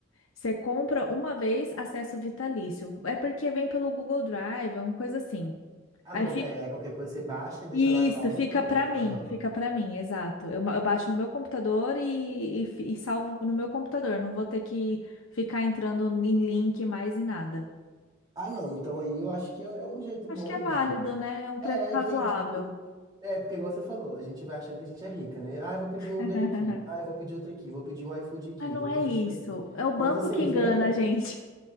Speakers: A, on the left (about 80°); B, on the right (about 20°).
A: Você compra uma vez, acesso vitalício. É porque vem pelo Google Drive, alguma coisa assim.
B: Ah,
A: Aí
B: não, qualquer, aí qualquer coisa você baixa e deixa
A: Isso,
B: lá salvo
A: fica
B: e pronto.
A: pra mim,
B: Aham.
A: fica pra mim, exato. Eu, ma- eu baixo no meu computador e, e, fi- e salvo no meu computador. Não vou ter que ficar entrando em link mais e nada.
B: Ah, não, então aí eu acho que é, é um jeito
A: Acho
B: bom
A: que é válido,
B: de.
A: né? É um preço
B: É,
A: razoável.
B: é que aí, tipo. É, porque igual você falou, a gente vai achando que a gente é rica, né? Ah, eu vou pedir
A: <laughs>
B: um Uber aqui. Ah, eu vou pedir outro aqui. Vou pedir um iFood aqui.
A: Mas não
B: Vou
A: é
B: pedir
A: isso.
B: outro ali.
A: É o banco
B: Quando você
A: que
B: vê,
A: engana a gente.